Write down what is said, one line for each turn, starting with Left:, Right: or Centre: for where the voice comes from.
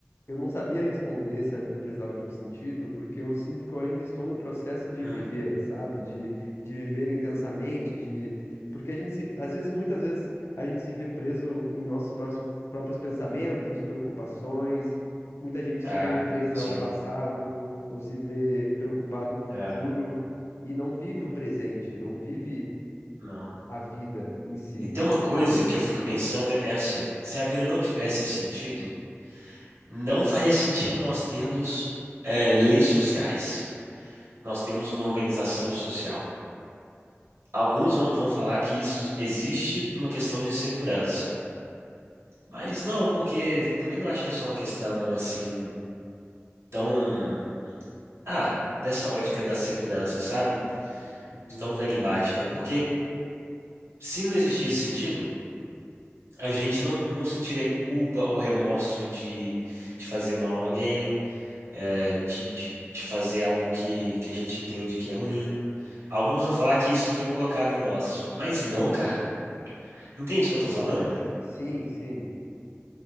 Left: eu não sabia responder se a vida precisava de um sentido, porque eu sinto que eu ainda estou no processo de
Right: hum,
Left: viver, sabe? De, de viver intensamente, de. Porque a gente se, às vezes, muitas vezes, a gente se vê preso em nossos prós- próprios pensamentos, preocupações. Muita gente
Right: é,
Left: se vê presa
Right: sim,
Left: ao passado ou se vê preocupado com o futuro
Right: é,
Left: e não vive o presente, não vive
Right: não.
Left: a vida em si.
Right: E tem uma coisa que eu fico pensando, é é assim, se a vida não tivesse sentido, não faria sentido nós termos é, leis sociais. Nós temos uma organização social. Alguns vão, vão falar que isso existe por uma questão de segurança. Mas não, porque também não acho que é só uma questão assim tão. Ah, dessa ótica da segurança, sabe?
Left: Uhum.
Right: Tão pragmática. Porque se não existisse sentido, a gente não, não sentiria culpa ou remorso de, de fazer mal a alguém, é, de, de, de fazer algo que, que a gente entende que é ruim. Alguns vão falar que isso foi colocado em nós, mas não, cara. Entende o que eu tô falando?
Left: Sim, sim.